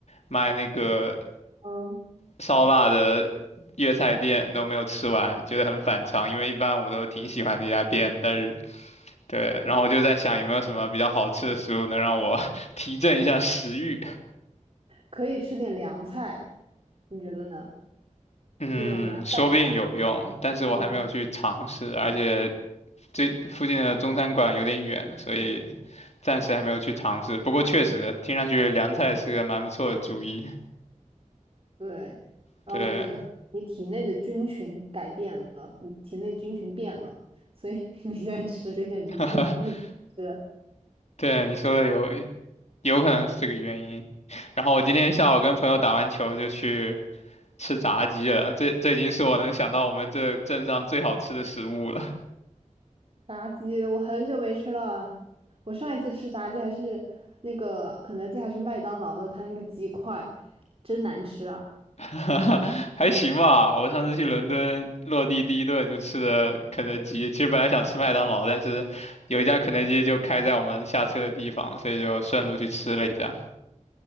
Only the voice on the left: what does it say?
卖那个
烧腊的粤菜店，都没有吃完，觉得很反常，因为一般我都挺喜欢那家店的，但是。对，然后我就在想有没有什么比较好吃的食物能让我 <laughs> 提振一下食欲。
嗯，
说不定有用，但是我还没有去尝试，
而且这附近的中餐馆有点远，所以暂时还没有去尝试。不过确实听上去凉菜是个蛮不错的主意。
对，
<laughs> 对，你说的有有可能是这个原因。然后我今天下午跟朋友打完球就去吃炸鸡了，这这已经是我能想到我们这镇上最好吃的食物了。
<laughs> 还行吧。我上次去伦敦落地第一顿就吃的肯德基，其实本来想吃麦当劳，但是有一家肯德基就开在我们下车的地方，所以就顺路去吃了一下。